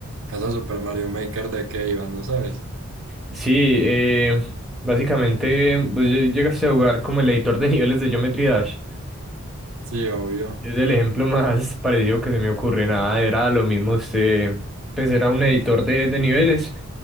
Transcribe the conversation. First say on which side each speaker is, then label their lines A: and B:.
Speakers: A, on the right; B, in the centre.
A: esa Super Mario Maker de qué iba, ¿no sabes?
B: Sí, eh, básicamente pues, ll- llegaste a jugar como el editor de <laughs> niveles de Geometry Dash.
A: Sí, obvio.
B: Es el ejemplo <laughs> más parecido que se me ocurre. Nada, era lo mismo. Usted, pues era un editor de, de niveles